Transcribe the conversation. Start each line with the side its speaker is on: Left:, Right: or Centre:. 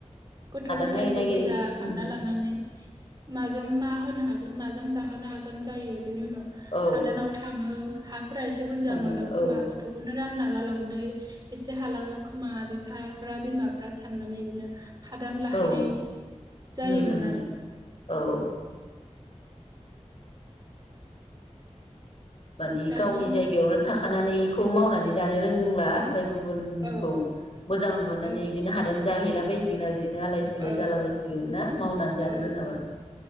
Right: गथ'गथाइखौ
Left: हादान नागिर नागिर
Right: बुरजा खांना
Left: उम
Right: लानानै माजों मा होनो हागोन माजों जाहोनो हागोन जायो बेनि उनाव
Left: औ
Right: हादानाव थाङो। हा फोरा एसे बुरजा
Left: थाङो
Right: मोनो खोमा
Left: औ
Right: गथफोरनो रानना गालांनो एसे हालाङो खोमा बिफाफ्रा बिमाफ्रा साननानै इरिदिनो हादान लाहैनाय
Left: औ
Right: जायोमोन
Left: नुनो मोनो
Right: आरो।
Left: औ मानि
Right: दानि
Left: गावनि जायगायावनो थाखा खानानैखौ मावनानै जानो रोंला, फाय गुबुनखौ
Right: औ
Left: मोजां नुहरनानै
Right: औ
Left: बिदिनो हादान जाहैलाबायसिगोन आरो बिदिनो आलाय सिलाय
Right: औ
Left: जाला बायसिगोन ना मावनानै जानो
Right: औ
Left: रोङाबा
Right: औ